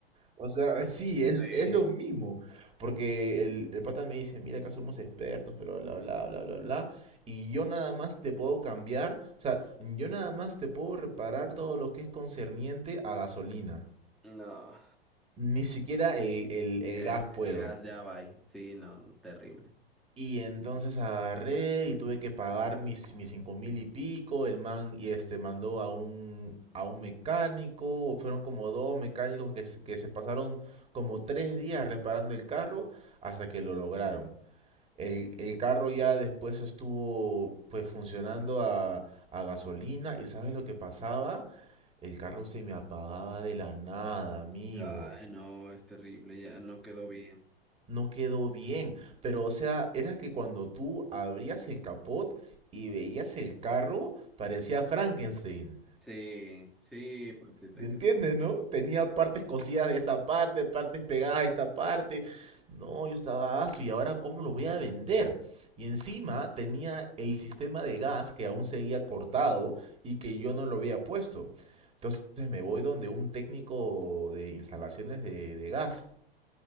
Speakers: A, on the right (about 20°); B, in the centre.
A: O sea, <laughs> sí, es,
B: Sí.
A: es lo mismo. Porque el, el pata me dice, mira, acá somos expertos, pero bla, bla, bla, bla, bla. Y yo nada más te puedo cambiar. O sea, yo nada más te puedo reparar todo lo que es concerniente a gasolina.
B: No.
A: Ni siquiera el, el el
B: El,
A: gas puedo.
B: el gas ya va ahí. Sí, no, terrible.
A: Y entonces agarré y tuve que pagar mis, mis cinco mil y pico. El man y este mandó a un, a un mecánico. Fueron como dos mecánicos que, se- que se pasaron como tres días reparando el carro hasta que lo lograron. El, el carro ya después estuvo pues funcionando a, a gasolina. ¿Y sabes lo que pasaba? El carro se me apagaba de la nada, amigo
B: Ay, no, es terrible, ya no quedó bien.
A: no quedó bien. Pero, o sea, era que cuando tú abrías el capot y veías el carro, parecía Frankenstein.
B: Sí, sí, pues sí te
A: ¿Te entiendes,
B: creo.
A: no? Tenía partes cosidas de esta parte, partes pegadas de esta parte. No, yo estaba aso y ahora cómo lo voy a vender. Y encima tenía el sistema de gas que aún seguía cortado y que yo no lo había puesto. Entonces me voy donde un técnico de instalaciones de, de gas